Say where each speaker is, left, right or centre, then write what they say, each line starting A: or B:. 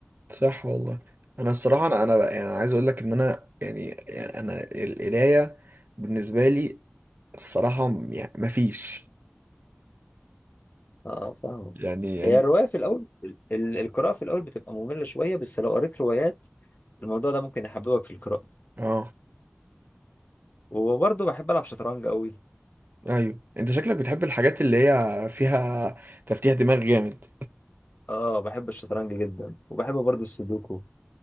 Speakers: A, on the right; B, on the left.
A: صح والله انا الصراحة انا انا بقى يعني عايز اقول لك ان انا يعني, يعني انا القراية بالنسبة لي الصراحة م- يعني مفيش
B: اه فاهم
A: يعني يعني
B: هي الرواية في الأول ال- القراءة في الأول بتبقى مملة شوية بس لو قريت روايات الموضوع ده ممكن يحببك في القراءة
A: اه
B: وبرضه بحب ألعب شطرنج قوي
A: ايوه انت شكلك بتحب الحاجات اللي هي فيها تفتيح دماغ جامد
B: اه بحب الشطرنج جدا وبحب برضه السودوكو